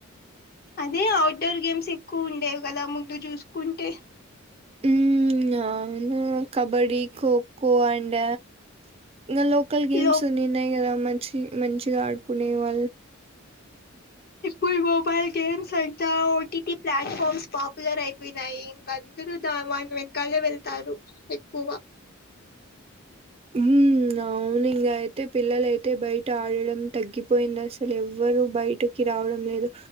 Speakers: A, on the left; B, on the right.
A: అదే అఔట్డోర్ గేమ్స్ ఎక్కువ ఉండేవి కదా ముందు చూసుకుంటే
B: ఉ అవును కబడి ఖోఖో అండ్ ఇంగ లోకల్ గేమ్స్
A: లో
B: ఉన్నిన్నాయి కదా మంచి మంచిగా ఆడుకునే వాళ్
A: ఇపోయి మొబైల్ గేమ్స్ అంతా ఓటీటీ ప్లాట్ఫామ్స్ పాపులర్ అయిపోయినాయి ఇంక అందరు వాని వెంకాలే వెళ్తారు ఎక్కువ
B: ఉ అవును ఇంగ అయితే పిల్లల అయితే బయట ఆడడం తగ్గి పోయినాసలు ఎవ్వరు బయట ఇటుకి రావడం లేదు